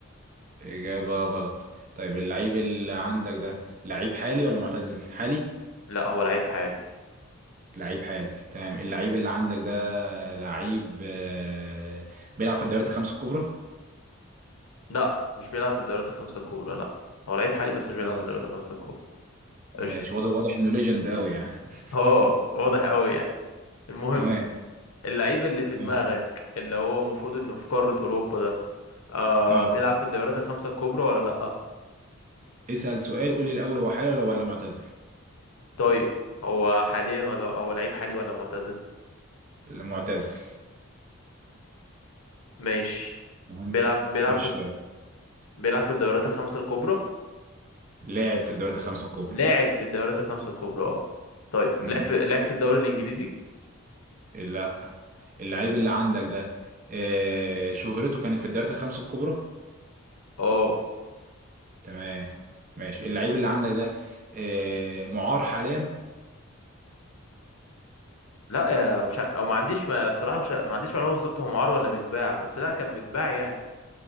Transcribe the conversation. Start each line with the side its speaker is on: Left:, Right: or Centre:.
Right: إجابة غلط طيب اللعيب اللي عندك ده لعيب حالي ولا معتزل حالي
Left: لأ هو لعيب حالي
Right: لعيب حالي تمام اللعيب اللي عندك ده لعيب آه، بيلعب في الدوريات الخمس الكبرى
Left: لأ مش بيلعب في الدوريات الخمسة الكبرى لأ هو لعيب حالي بس
Right: خلاص
Left: مش بيلعب في الدوريات الخمسة الكبرى
Right: ماشي
Left: قشطة
Right: واضح واضح إنه ليجند قوي يعني <laughs>
Left: اه واضح أوي يعني المهم
Right: تمام
Left: اللعيب اللي في دماغك
Right: تمام
Left: اللي هو المفروض انه في قارة اوروبا ده آه
Right: اه
Left: بيلعب في الدوريات الخمسة الكبرى ولا لأ
Right: اسأل سؤال قول لي الأول هو حالي ولا ولا معتزل
Left: طيب هو حاليا ولا هو لعيب حالي ولا معتزل
Right: معتزل
Left: ماشي
Right: تمام
Left: بيلعب بيلعب
Right: خش
Left: في
Right: يلا
Left: بيلعب في الدوريات الخمسة الكبرى
Right: لاعب في الدوريات الخمس الكبرى
Left: لاعب في الدوريات الخمسة الكبرى اه طيب
Right: امم
Left: لعب في لعب في الدوري الانجليزي
Right: لا اللعيب اللي عندك ده آه شهرته كانت في الدوريات الخمس الكبرى
Left: اه
Right: تمام ماشي اللعيب اللي عندك ده آه معار حاليا
Left: لا يا مش ع- او ما عنديش ما الصراحة مش ع- ما عنديش معلومة بالظبط هو معار ولا متباع بس لا كان متباع يعني